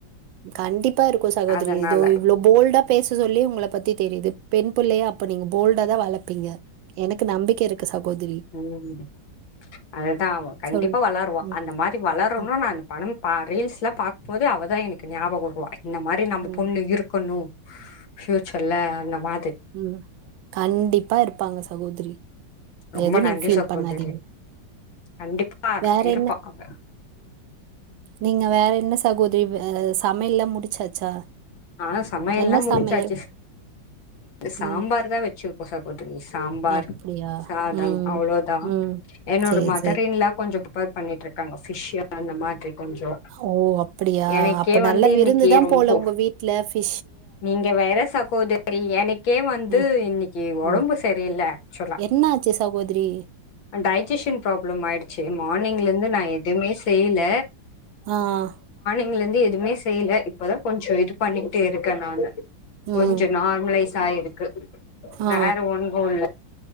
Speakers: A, on the right; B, on the left.
A: கண்டிப்பா இருக்கு சகோதரி
B: அதனால
A: இதோ இவ்ளோ போல்டா பேச சொல்லி உங்கள பத்தி தெரியுது பெண் பிள்ளைய அப்ப நீங்க போல்டா தா வளப்பீங்க எனக்கு நம்பிக்க இருக்கு சகோதரி.
B: உம் அது தா அவ கண்டிப்பா
A: சொல்லு.
B: வளர்வா
A: ம்,
B: அந்த மாரி வளரனுன்
A: ம்,
B: நானு பனம் பா ரீல்ஸ்லா பாக்கும்போது அவ தா எனக்கு ஞாபகோ வர்வா இந்த மாரி நம்ம
A: ம்,
B: பொண்ணு இருக்கணு ஃப்யூச்சர்ல அந்த மா
A: உம் கண்டிப்பா இருப்பாங்க சகோதிரி
B: ரொம்ப
A: எது நீங்
B: நன்றி
A: ஃபீல்
B: சகோதரி
A: பண்ணாதீங்
B: கண்டிப்பா
A: வேற
B: இருப்பா
A: என்ன
B: அவ
A: நீங்க வேற என்ன சகோதரி <unintelligible> சமையல்லா முடிச்சாச்சா
B: ஆ சமையல்லா
A: என்ன
B: முடிச்சாச்சு
A: சமையல்
B: சாம்பார்
A: ம்.
B: தா வெச்சிருக்கோ சாம்பார்,
A: அப்படியா?
B: சாதம்
A: ம்.
B: அவ்வளோ தா
A: ம்.
B: என்னோட
A: சரி,
B: மதர்
A: சரி.
B: இன் லா கொஞ்சோ ப்ரிப்பேர் பண்ணிட்ருக்காங்க ஃபிஷ் அந்த மாதிரி கொஞ்சோ
A: ஓ அப்படியா
B: எனக்கே
A: அப்ப நல்லா
B: வந்து
A: விருந்து
B: இன்னைக்கு
A: தா
B: ரொம்போ
A: போல உங்க வீட்ல ஃபி
B: நீங்க வேற சகோதரி எனக்கே வந்து
A: ம்,
B: இன்னைக்கி ஒடம்பு
A: ம்.
B: சரியில்ல ஆக்சுலா
A: என்ன ஆச்சு சகோதரி?
B: டைஜிஷின் ப்ராப்ளம் ஆயிடுச்சு மார்னிங்ல இருந்து நா எதுவுமே செய்யில
A: ஆஹ்
B: ங்குலேந்து எதுமே செய்யில இப்பதா கொஞ்சோ இது பண்ணி ட்டே இருக்கே நானு
A: ம்.
B: கொஞ்ச நார்மலைஸ் ஆயிருக் கு
A: ஆ.
B: வேற ஒன்னுல்ல